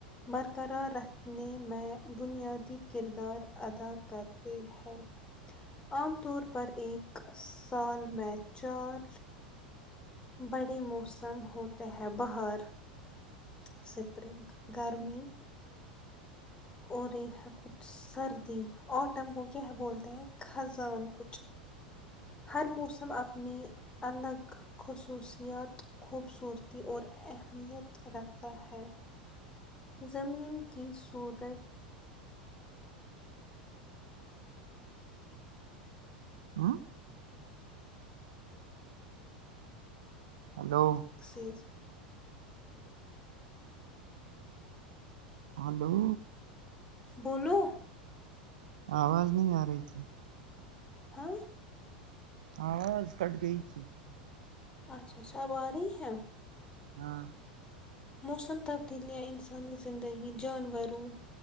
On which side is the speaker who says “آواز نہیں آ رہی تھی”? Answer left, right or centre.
Right